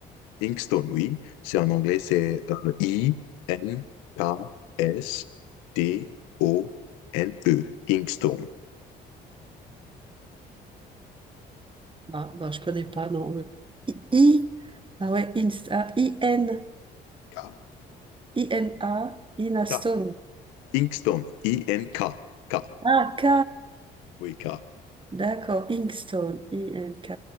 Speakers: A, on the left; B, on the right.
A: Inkstone, oui. C'est en anglais, c'est I-N-K-S-T-O-N-E. Inkstone.
B: Ah, bah, je connais pas, non. euh, I, I- ah ouais, Insta, I-N,
A: K.
B: I-N-A, Inastone.
A: K. Inkstone, I-N-K. K. K.
B: Ah, K,
A: Oui, K.
B: d'accord, Inkstone, I-N-K.